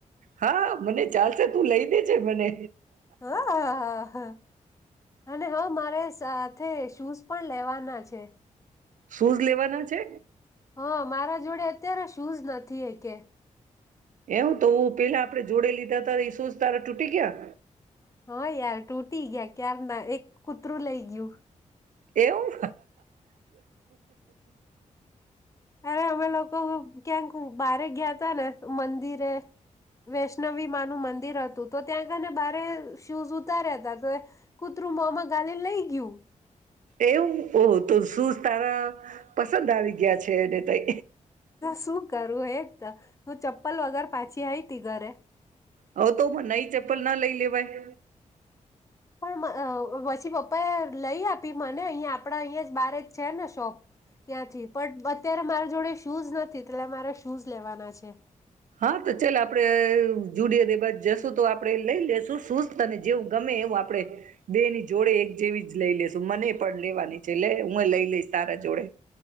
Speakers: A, on the right; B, on the left.
A: હા મને ચાલશે તું લઈ દે. છે મને
B: હા હા હા હા અને હ મારે સાથે શુંઝ પણ લેવાના છે.
A: શુંઝ લેવાના છે.
B: હા મારા જોડે અત્યારે શુંઝ નથી હ કે
A: એમ તો પેલા આપે જોડે લીધા ત એ શુંજ તારા તૂટી ગયા.
B: હા યાર તૂટી ગયા કાર ના એક કૂતરું લઈ ગયું.
A: એવું
B: અરે અમે લોકો ક્યાંક બારે ગયા ત ને મંદિરે વૈષ્ણવી મામાં નું મંદિર હતું. તો ત્યાં ગને બારે શૂઝ ઉતાર્યા હતા તો કૂતરું મોમાં ગાલે લઈ ગયું. <inaudible>
A: એવું ઓહ તો શું તારા પસંદ આવી ગયા છેને ત
B: શું કરું એક હું ચપ્પલ વગર પાછી આવીઈ તી ઘરે.
A: હ તો મના ચપ્પલ ના લઈ લેવાય.
B: પણ પછી પપ્પા એ લઈ આપી મને અહીંયા આપણા અહીં જ બાર જ છે ને શોપ ત્યાંથી પણ અત્યારે મારા જોડે શૂઝ નથી એટલે મારે શૂઝ લેવાના છે.
A: હા તો ચાલ આપડે જોડીએ દ બાદ જશું તો આપડે લઈ લેશું. શુંસ્તને જેવું ગમે એવું આપડે બે ની જોડે એક જેવી જ લઈ લેશું મને પણ લેવાની છે એટલે હું લઈ લઈશ સારા જોડે